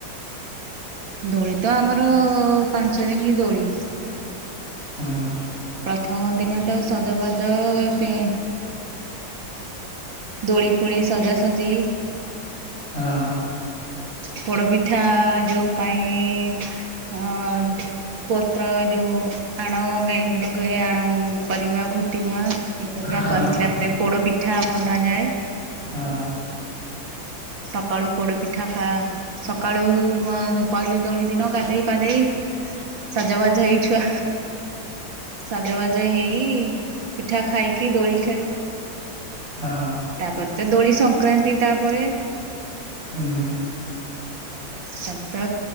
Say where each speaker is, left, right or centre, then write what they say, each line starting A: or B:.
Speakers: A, on the right; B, on the left.
A: ଦୋଳି ତ ଆମର ପାଞ୍ଚ ଦିନି ଦୋଳି।
B: ହଁ ହଁ।
A: ପ୍ରଥମ ଦିନେ ତ ସଜବାଜ ଏତେ ଦୋଳି ଫୁଣି ସଜାସଜି
B: ହଁ।
A: ପୋଡପିଠା ଯୋଉ ପାଇଁ ଅଁ ପତ୍ର ଯୋଉ ଆଣ ଗ୍ରାଇଣ୍ଡର କରି ଆଣ କରିବା ଘୋଟିବା ଇଏ କରିବା।
B: ହଁ
A: ଆଣ କରିକି ରାତିରେ ପୋଡ ପିଠା ବନାଯାଏ।
B: ହଁ।
A: ସକାଳୁ ପୋଡ଼ ପିଠା ଖା ସକାଳୁ ପ ପହିଲି ଦୋଳି ଦିନ ଗାଧେଇ ପାଧେଇ ସଜବାଜ ହେଇଛୁଆ ସଜବାଜ ହେଇ ପିଠା ଖାଇକି ଦୋଳି ଖେଳି
B: ହଁ
A: ତାପରେ ତ ଦୋଳି ସଂକ୍ରାନ୍ତି ତାପରେ
B: ହୁଁ
A: ତାପରେ ତ